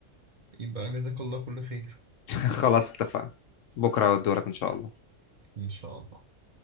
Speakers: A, on the right; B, on the left.
A: يبقى جزاك الله كل خير
B: <laughs> خلاص اتفقنا بكره دورك ان شاء الله
A: إن شاء الله